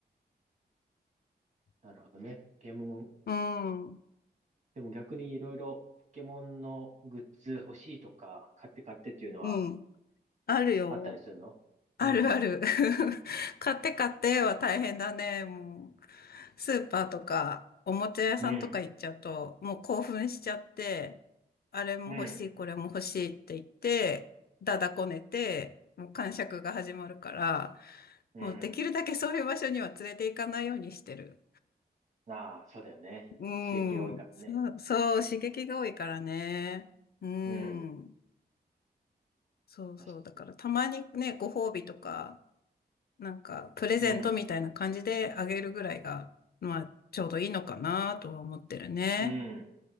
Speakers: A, on the right; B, on the left.
A: なるほどね。ポケモン
B: うん、う
A: でも逆にいろいろポケモンのグッズ欲しいとか、買って買ってっていうのは
B: ん、あるよ。
A: あったりするのうん、
B: あるある。<laughs> 買って買っては大変だね。もう、スーパーとか、おもちゃ屋さんとか行っちゃうと、
A: うん、
B: もう興奮しちゃって、あれも欲しい、
A: うん、
B: これも欲しいって言って、だだこねて、もう癇癪が始まるから、
A: うん。
B: もうできるだけそういう場所には連れて行かないようにしてる。
A: ああ、そうだよね。
B: う
A: 刺激が多いからね。
B: ん。そう、そう、刺激が多いからね。うん。
A: うん、
B: そうそう。
A: 確かに。
B: だからたまにね、ご褒美とか、なんか、プレゼントみたいな感じであげるぐらいが、
A: うん、
B: まあ、ちょうどいいのかなとは思ってるね。
A: うん、